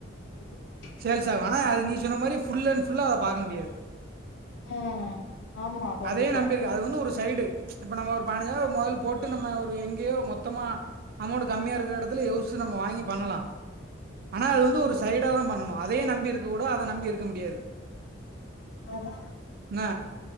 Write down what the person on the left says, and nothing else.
எதுக் கூப்ட
ம். ஆமா கண்டிப்பா.
ஆமா